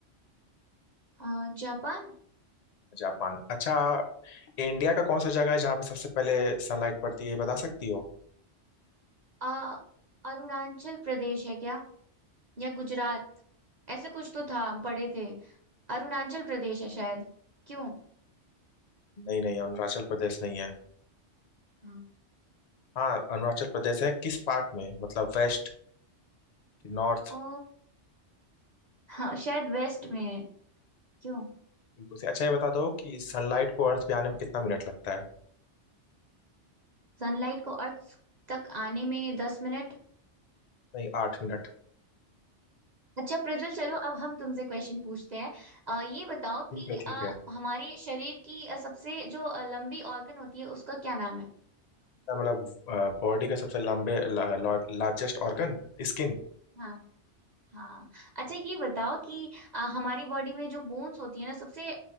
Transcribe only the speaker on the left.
जापान अच्छा इंडिया का कौन सा जगह है जहाँ पे सबसे पहले सनलाइट पड़ती है ये बता सकती हो
नहीं नहीं अरुणाचल प्रदेश नहीं है
हाँ अरुणाचल प्रदेश है किस पार्ट में मतलब वेस्ट कि नॉर्थ
बिल्कुल से अच्छा ये बता दो कि सनलाइट को अर्थ पे आने में कितना मिनट लगता है
नहीं आठ मिनट
ठीक
है
ठीक है
क्या मतलब बॉडी का सबसे लंबे largest organ Skin